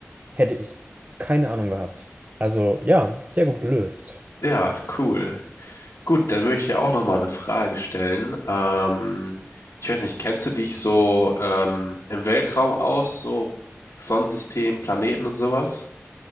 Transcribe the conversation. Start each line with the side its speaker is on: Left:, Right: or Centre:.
Right: hätte ich keine Ahnung gehabt. Also ja, sehr gut gelöst.
Left: ja, cool. Gut, dann würde ich dir auch nochmal eine Frage stellen. Ähm, ich weiß nicht, kennst du dich so ähm, im Weltraum aus, so Sonnensystem, Planeten und sowas?